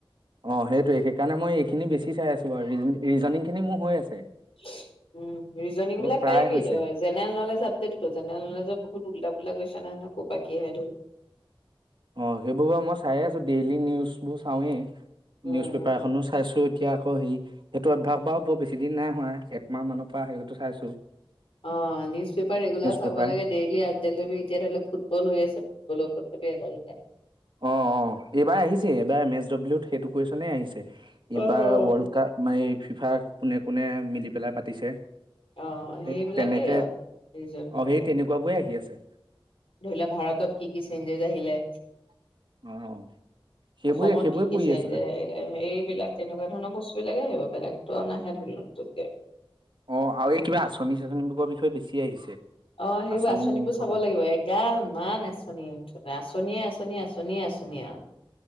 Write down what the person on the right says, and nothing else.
অ সেইটোৱে সেইকাৰণে মই এইখিনি বেছি চাই আছো বাৰু ৰিজনিং খিনি মোৰ হৈ আছে
সেইবোৰ
প্ৰায়
হৈছে
অ সেইবোৰ বাৰু মই চাইে আছো ডেইলি নিউজ বোৰ চাওঁৱেই
নিউজ পেপাৰ এখনো চাইছো এতিয়া আক হেৰি সেইটো অভ্যাস বাৰোঁ বৰ বেছি দিন নাই হোৱা একমাহ মানৰ পৰা হেৰি চাইছো।
পেপাৰ
অ অ এইবাৰ আহিছে এইবাৰ এম এছ ডব্লিউত সেইটো কুৱেশ্যনে আহিছে।
এইবাৰ ৱৰ্ল্ড কাপ ম ফিফাৰ কোনে কোনে মিলি পেলাই পাতিছে।
সেই তেনেকে
অ
সেই তেনেকুৱা বোৰে আহি আছে
অ সেইবোৰে
সেইবোৰে
পঢ়ি
আছিলো
অঁ আৰু এই কিবা আঁচনি চাচনিবোৰৰ বিষয়েছি আহিছে।
আঁচনি
এসোপা